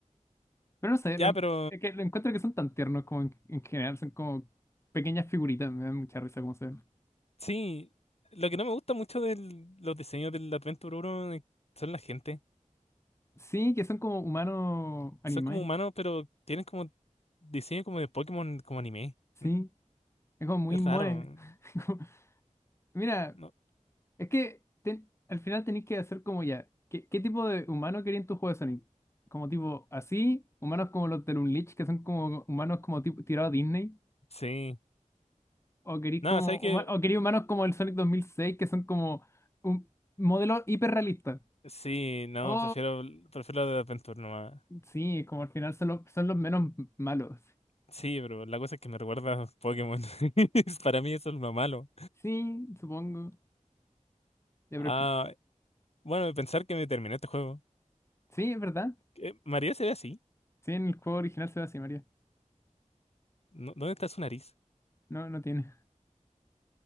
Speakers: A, on the left; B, on the left.
A: Pero no sé,
B: Ya,
A: lo,
B: pero
A: es que lo encuentro que son tan tiernos como en, en general, son como pequeñas figuritas, me dan mucha risa cómo se ven.
B: sí. Lo que no me gusta mucho de los diseños del Adventure 1 es- son la gente.
A: Sí, que son como humanos anime,
B: Son como humanos, pero tienen como diseño como de Pokémon, como anime.
A: sí,
B: Mm,
A: es como muy
B: Es
A: moe.
B: raro. mm,
A: <laughs> Como- Mira,
B: No,
A: es que ten- al final tenéis que hacer como ya, ¿qué, qué tipo de humano quería en tu juego de Sonic? Como tipo así, humanos como los de Unleashed, que son como humanos como tipo tirado a Disney,
B: sí.
A: o queréis
B: No,
A: como
B: ¿sabes qué?
A: huma- o queréis humanos como el Sonic 2006 que son como un modelo hiperrealista.
B: Sí, no,
A: O
B: prefiero, prefiero lo de Adventure nomás.
A: Sí, como al final son, los- son los menos malos.
B: Sí, pero la cosa es que me recuerda a Pokémon. <laughs> Para mí eso es lo malo.
A: Sí, supongo. Ya,
B: Ah,
A: pero que...
B: bueno, pensar que me terminé este juego.
A: Sí, es verdad.
B: ¿Qué? ¿María se ve así?
A: Sí, en el juego original se ve así, María.
B: ¿No- ¿Dónde está su nariz?
A: No, no tiene.